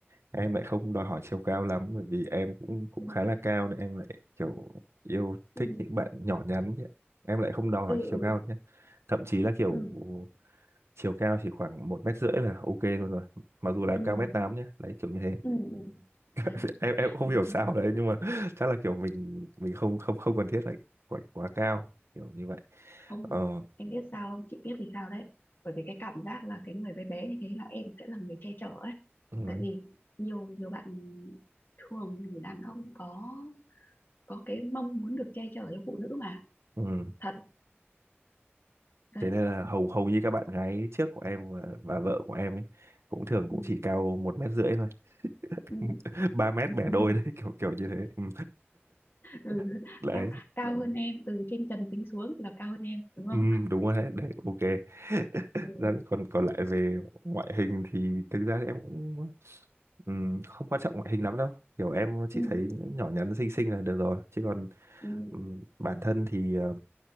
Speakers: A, on the right (about 80°); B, on the left (about 50°).
A: em lại không đòi hỏi chiều cao lắm bởi vì em cũng cũng
B: ừ
A: khá là cao nên em lại kiểu yêu
B: ừ
A: thích những bạn nhỏ nhắn chứ. ạ. em lại không đòi hỏi
B: ừ
A: chiều cao nhé thậm chí là kiểu
B: ừ
A: chiều cao chỉ khoảng một mét rưỡi là ok luôn rồi mặc dù là
B: ừ
A: em cao mét tám
B: ừ
A: nhé đấy kiểu như thế
B: ừ, ừ, ừ. đấy
A: <laughs> em em cũng không
B: Ừ,
A: hiểu
B: ừ.
A: sao đấy nhưng mà <laughs> chắc là kiểu mình mình không không không cần thiết phải phải quá cao kiểu như vậy
B: không
A: ờ
B: em biết sao không chị biết vì sao đấy bởi vì cái cảm giác là cái người bé bé như thế là em sẽ là người che chở ấy
A: ừ,
B: tại vì nhiều nhiều bạn thường thì đàn ông có có cái mong muốn được che chở cho phụ nữ mà
A: ừ.
B: thật đấy
A: thế nên là hầu hầu như các bạn gái trước của em và, và vợ của em ấy cũng thường cũng
B: ừ.
A: chỉ cao một mét rưỡi thôi
B: Ừ.
A: <laughs> ba mét bẻ
B: Ừ.
A: đôi
B: <laughs>
A: đấy kiểu kiểu như thế Ừ.
B: Ừ,
A: <laughs> đấy
B: Ca, cao hơn em từ trên trần tính xuống là cao hơn em đúng không
A: ừ, đúng rồi đấy đấy ok <laughs>
B: ừ.
A: Ra- còn còn lại về ngoại hình thì thực ra thì em cũng ừm, không quan trọng ngoại hình lắm đâu kiểu em chỉ
B: Ừ.
A: thấy nhỏ nhắn xinh xinh là được rồi chứ còn
B: Ừ.
A: ừm, bản thân thì